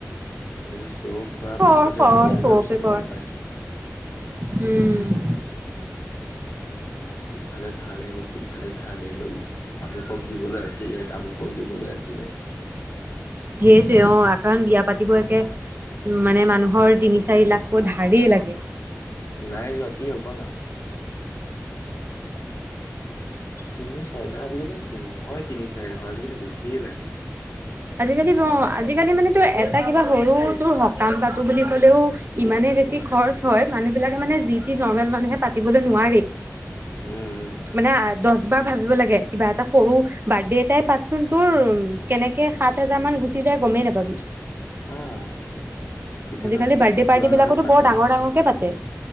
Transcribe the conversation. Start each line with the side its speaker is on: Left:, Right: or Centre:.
Left: এজেছ চ' অফ কৰা
Right: কৰ
Left: পিছতহে,
Right: কৰ
Left: বিয়া
Right: চবকে
Left: যোৱাৰ পিছতহে
Right: কৰ
Left: গম পায়।
Right: উম।
Left: ইফালে ধাৰ লাগিব সিফালে ধাৰ লাগিব। আমুকক দিবলৈ আছিলে তামুকক দিবলৈ আছিলে।
Right: সেইটোৱে অ কাৰণ বিয়া পাতিব একে উ মানে মানুহৰ তিনি চাৰি লাখকৈ ধাৰেই লাগে।
Left: নাই যোৱা কি হ'ল ক না। তিনি চাৰি লাখ আজিকালি নহয় তিনি চাৰি লাখত আজিকালি বেছিয়ে লাগে।
Right: আজিকালি আজিকালি মানে তোৰ এটা কিবা সৰু তোৰ সকাম পাতো বুলি কলেও ইমানে বেছি খৰচ হয় মানুহ বিলাকে মানে যি টি নৰ্মেল মানুহে পাতিবলৈ নোৱাৰি
Left: উম উম
Right: মানে দহ বাৰ ভাবিব লাগে কিবা এটা সৰু বাৰ্থডে এটাই পাতচোন তোৰ কেনে কে সাত হাজাৰমান গুচি যাই গমেই নাপাবি।
Left: আহ এতিয়া
Right: আজিকালি
Left: ত চিচিন
Right: বাৰ্থডে পাৰ্টি
Left: খুৰা হতে
Right: বিলাকতো
Left: পাতিছে
Right: বৰ ডাঙৰ ডাঙৰকে পাতে।